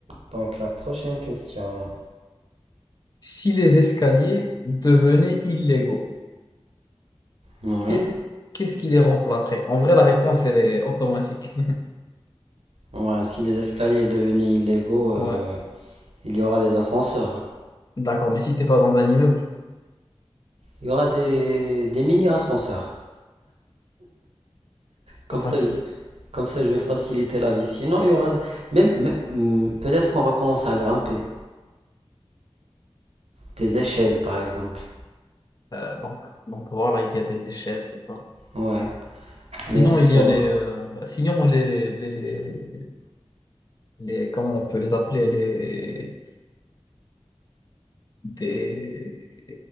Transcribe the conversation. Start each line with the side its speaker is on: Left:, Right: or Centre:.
Right: Donc la prochaine question.
Left: Si les escaliers devenaient illégaux,
Right: Ouais.
Left: qu'est-ce qu'est-ce qui les remplacerait? En vrai, la réponse, elle est automatique.
Right: Ouais, si les escaliers devenaient illégaux,
Left: <laughs>
Right: euh,
Left: Ouais,
Right: il y aura les ascenseurs. hein.
Left: d'accord, mais si t'es pas dans un immeuble,
Right: Il y aura des, des mini-ascenseurs.
Left: c'est
Right: Comme
Left: pas facile.
Right: ça, je vais, comme ça, je vais faciliter la vie. Sinon, il y aura des... Même, même- hmm, peut-être qu'on va commencer à grimper. Des échelles, par exemple.
Left: Euh, donc, donc voilà, il y a des échelles, c'est ça.
Right: Ouais.
Left: Sinon,
Right: Mais ce
Left: il
Right: sera
Left: y a les, euh, sinon les, les, les- comment on peut les appeler, les, des,